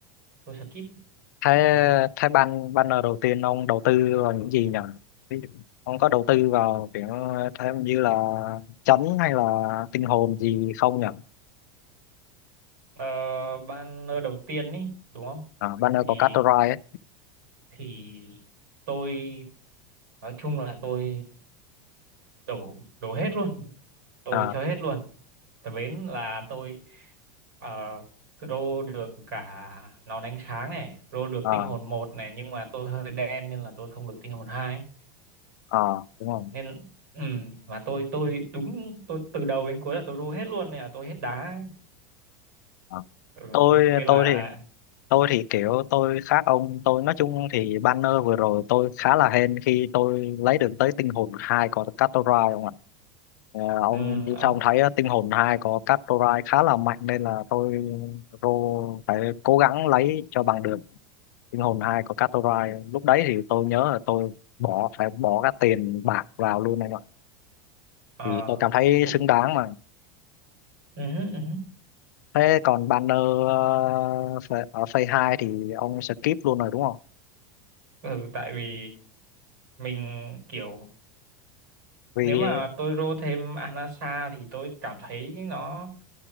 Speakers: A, on the right; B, on the left.
A: tôi skip
B: thế thế ban banner đầu tiên ông đầu tư vào những gì nhỉ Ví dụ, ông có đầu tư vào kiểu thế như là chấn hay là tinh hồn gì không nhỉ
A: ờ, banner đầu tiên ấy đúng không
B: à, banner
A: thì
B: của Catorai ấy
A: thì tôi nói chung là tôi đổ đổ hết luôn tôi
B: à,
A: chơi hết luôn Tại bến là tôi uh, rô được cả nón ánh sáng này, rô được
B: à,
A: tinh hồn một này nhưng mà tôi hơi đen nên là tôi không được tinh hồn hai.
B: à, đúng không
A: Nên ừ, mà tôi tôi đúng tôi từ đầu đến cuối là tôi rô hết luôn nên là tôi hết đá.
B: à.
A: Ừ,
B: tôi
A: nên
B: tôi
A: là
B: thì tôi thì kiểu tôi khác ông tôi nói chung thì banner vừa rồi tôi khá là hên khi tôi lấy được tới tinh hồn hai của Catorai không ạ Ờ, ông
A: ừ, ờ,
B: ông thấy ờ, tinh hồn 2 có cắt torai khá là mạnh nên là tôi rô phải cố gắng lấy cho bằng được tinh hồn 2 có cắt torai lúc đấy thì tôi nhớ là tôi bỏ phải bỏ các tiền bạc vào luôn này ạ
A: ờ,
B: vì tôi cảm thấy
A: cũng
B: xứng đáng mà
A: ừ, ừ,
B: thế còn banner ờ, Ph- ở phase 2 thì ông skip luôn rồi đúng không
A: ừ, tại vì mình kiểu
B: vì
A: nếu mà tôi rô thêm Anasa thì tôi cảm thấy nó